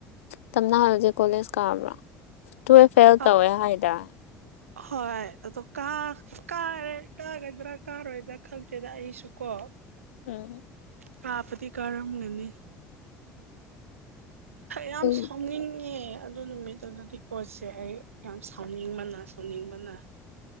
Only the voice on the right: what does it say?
ꯈ
ꯍꯣꯏ ꯑꯗꯣ ꯀꯥ ꯀꯥꯔꯦ ꯀꯥꯒꯗ꯭ꯔꯥ ꯀꯥꯔꯣꯏꯗ꯭ꯔꯥ ꯈꯪꯗꯦꯗ ꯑꯩꯁꯨ ꯀꯣ
ꯄꯥꯄꯗꯤ ꯀꯥꯔꯝꯒꯅꯤ꯫ ꯌꯥꯝ
ꯁꯥꯎꯅꯤꯡꯉꯦ ꯑꯗꯨ ꯅꯨꯃꯤꯠꯇ ꯗꯨꯨꯗꯗꯤ ꯀꯣꯆꯁꯦ ꯑꯩ ꯌꯥꯝ ꯁꯥꯎꯅꯤꯡꯕꯅ ꯁꯥꯎꯅꯤꯡꯕꯅ꯫